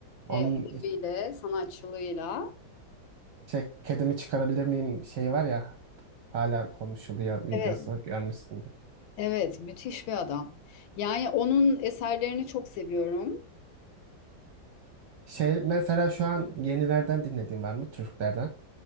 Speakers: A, on the right (about 65°); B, on the left (about 80°).
A: Onun
B: e, edebiyle, sanatçılığıyla.
A: ceketimi çıkarabilir miyim şey var ya hala konuşuluyor videosu
B: Evet,
A: görmüşsündür.
B: evet müthiş bir adam. Yani onun eserlerini çok seviyorum.
A: Şey mesela şu an yenilerden dinlediğin var mı Türklerden?